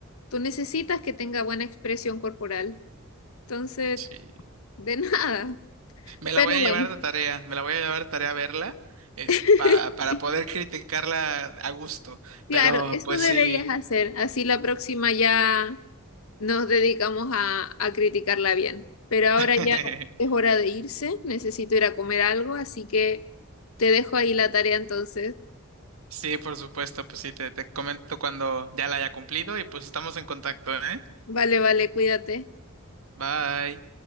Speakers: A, on the left; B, on the right.
A: tú necesitas que tenga buena expresión corporal. Entonces,
B: Sí.
A: de <laughs> nada.
B: Me la
A: Pero
B: voy a
A: bueno.
B: llevar de tarea, me la voy a llevar de tarea a verla, este,
A: <laughs>
B: pa- para poder criticarla a gusto.
A: Claro,
B: Pero
A: eso
B: pues
A: deberías
B: sí,
A: hacer. Así la próxima ya nos dedicamos a, a criticarla bien. Pero
B: <laughs>
A: ahora ya es hora de irse. Necesito ir a comer algo, así que te dejo ahí la tarea entonces.
B: sí, por supuesto, pues sí, te, te comento cuando ya la haya cumplido y pues estamos en contacto, ¿eh?
A: Vale, vale, cuídate.
B: Bye.